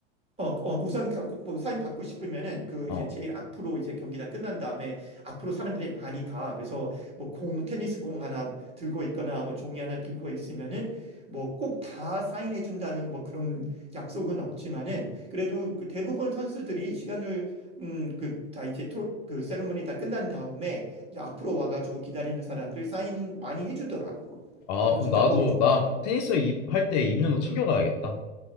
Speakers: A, on the right; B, on the left.
A: 어, 어, 우선 가- 그, 뭐 사인 받고 싶으면은 그
B: 어.
A: 이제 제일 앞으로 이제 경기 다 끝난 다음에 앞으로 사람들이 많이 가. 그래서 뭐 공, 테니스 공 하나 들고 있거나 뭐 종이 하나 들고 있으면은 뭐 꼭 다 사인해 준다는 뭐 그런 약속은 없지만은 그래도 그 대부분 선수들이 시간을 음, 그, 다 이제 토, 그 세리머니 다 끝난 다음에 이제 앞으로 와가지고 기다리는 사람들 사인 많이 해주더라고.
B: 아,
A: 그건
B: 그럼
A: 진짜
B: 나도,
A: 보기 좋더라.
B: 나 테니스 할 때 입는 옷 챙겨가야겠다.